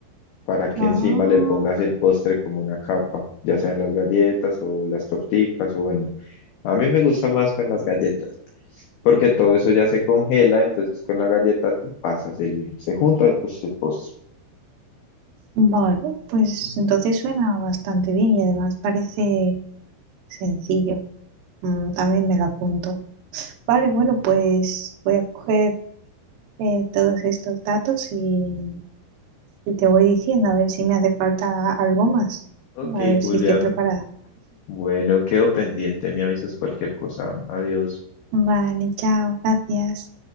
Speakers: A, on the left (about 80°); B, on the right (about 75°).
A: para que
B: Ah,
A: encima le pongas el postre como una capa, ya sean las galletas o las torticas o bueno, a mí me gusta más con las galletas, porque todo eso ya se congela, entonces con la galleta tú pasas el, se junta pues el postre.
B: vale, pues
A: Ujú,
B: entonces suena bastante bien y además parece sencillo. Mm, también me lo apunto.
A: ujú.
B: Vale, bueno, pues voy a coger eh, todos estos datos y, Y te voy diciendo a ver si me hace falta algo más.
A: Ok,
B: A ver
A: Julián,
B: si estoy preparada.
A: bueno, quedo pendiente, me avisas cualquier cosa, adiós.
B: Vale, chao, gracias.